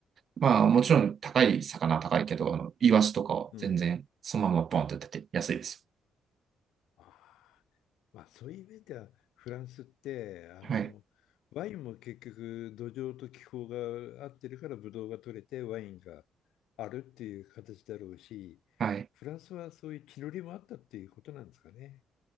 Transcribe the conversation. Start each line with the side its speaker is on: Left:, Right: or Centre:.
Right: まあ、もちろん高い魚は高いけど、あの、イワシとかは全然、
Left: うん。
Right: そのままポンって出て安いです
Left: あーまあ、そういう面ではフランスってあのワインも結局土壌と気候が合ってるからブドウが取れてワインが
Right: よ。はい。
Left: あるっていう形だろうしフランスはそういう地の利もあったっていうことなんですかね。
Right: はい。